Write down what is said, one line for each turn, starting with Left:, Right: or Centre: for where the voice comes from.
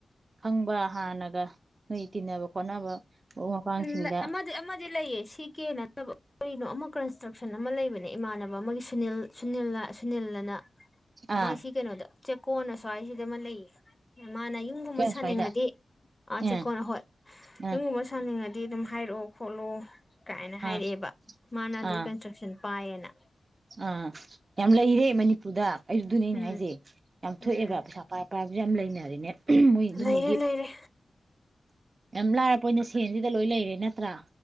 Right: ꯈꯪꯕ ꯍꯥꯟꯅ ꯒ ꯅꯣꯏ ꯇꯤꯟꯅꯕ ꯈꯣꯠꯅꯕ ꯃꯔꯨꯞ ꯃꯄꯥꯡꯁꯤꯡꯗ
Left: ꯎꯝ ꯑꯃꯗꯤ ꯑꯃꯗꯤ ꯂꯩꯌꯦ ꯁꯤ ꯀꯦ ꯅꯠꯇꯕ ꯀꯔꯤꯅꯣ ꯑꯃ ꯀꯟꯁꯇ꯭ꯔꯛꯁꯟ ꯑꯃ ꯂꯩꯕꯅꯦ ꯏꯃꯥꯟꯅꯕ ꯑꯃꯒꯤ ꯁꯨꯅꯤꯜ ꯁꯨꯅꯤꯜ ꯁꯨꯅꯤꯜꯑꯅ
Right: ꯑꯥ
Left: ꯃꯥꯏꯁꯤ ꯀꯩꯅꯣꯗ ꯆꯦꯛꯀꯣꯟ ꯑꯁ꯭ꯋꯥꯏ ꯖꯤꯗ ꯑꯃ ꯂꯩꯌꯦ ꯃꯥꯅ ꯌꯨꯝꯒꯨꯝꯕ
Right: ꯀꯌꯥ
Left: ꯁꯥꯅꯤꯡꯉꯗꯤ
Right: ꯁ꯭ꯋꯥꯏꯗ
Left: ꯑꯥꯆꯦꯛꯀꯣꯟ
Right: ꯑꯥ
Left: ꯍꯣꯏ
Right: ꯑꯥ
Left: ꯌꯨꯝꯒꯨꯝꯕ ꯁꯥ ꯅꯤꯡꯉꯗꯤ ꯑꯗꯨꯝ ꯍꯥꯏꯔꯛꯑꯣ ꯈꯣꯠꯂꯣ ꯀꯥꯏꯅ
Right: ꯑꯥ
Left: ꯍꯥꯏꯔꯛꯑꯦꯕ ꯃꯥꯅ ꯑꯗꯨꯏ
Right: ꯑꯥ
Left: ꯀꯟꯁꯇ꯭ꯔꯛꯁꯟ ꯄꯥꯏꯑꯅ
Right: ꯑꯥ ꯌꯥꯝ ꯂꯩꯔꯦ ꯃꯅꯤꯄꯨꯔꯗ ꯗꯨꯅꯦ ꯑꯩꯅ
Left: ꯎꯝ
Right: ꯍꯥꯏꯖꯦ ꯌꯥꯝ ꯊꯣꯛꯑꯦꯕ
Left: ꯎꯝ
Right: ꯄꯩꯁꯥ ꯄꯥꯏ ꯄꯥꯏꯕꯖꯨ ꯌꯥꯝ ꯂꯩꯅꯔꯦꯅꯦ ꯃꯣꯏ ꯑꯗꯨꯝꯕꯒꯤ
Left: ꯂꯩꯔꯦ ꯂꯩꯔꯦ
Right: ꯌꯥꯝ ꯂꯥꯏꯔꯄꯣꯠꯅꯤ ꯁꯦꯟꯖꯤꯗ ꯂꯣꯏ ꯂꯩꯔꯦ ꯅꯠꯇ꯭ꯔꯥ